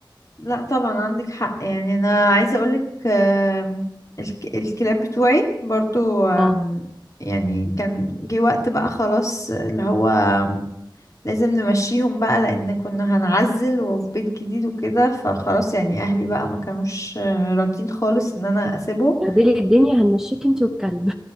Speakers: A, on the left (about 40°); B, in the centre.
A: لا طبعا عندك حق يعني أنا عايزة أقولك آم، الك- الكلاب بتوعي برضو آم،
B: اه
A: يعني كان جه وقت بقى خلاص اللي هو آم، لازم نمشيهم بقى لأن كنا هنعزل وفي بيت جديد وكده فخلاص يعني أهلي بقى ما كانوش آه، راضيين خالص إن أنا أسيبهم
B: بعدين الدنيا هنمشيك انت والكلب